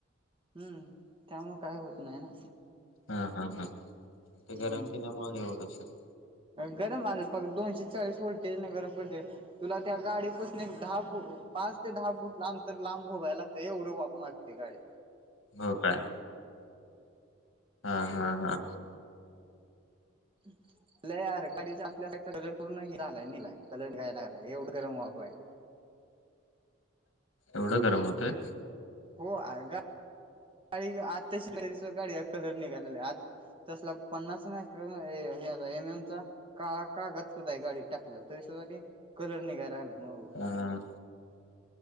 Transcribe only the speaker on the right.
हम्म त्यामुळे काही होत नाही ना
हम्म
गरम आले प दोनशे चाळीस व्होल्टेज ना गरम करते तुला त्या गाडीपासून एक दहा फूट पाच ते दहा फूट लांब अंतर लांब ववायला लागत एवढी वाफ मारते गाडी
हम्. लई यार गाडीचा आपल्या असाचा कलर पूर्ण झालायलाय कलर घायला लागला एवढं गरम वापय
हो आ गाडी आताशी <unintelligible> गाडीचा कलर निघालेला आत तसला पन्नास नाही एम एमचा काळा कागद सुद्धा हाय गाडीत टाकल्याला, तरी सुद्धा ती कलर निघाय लागलाय मागून.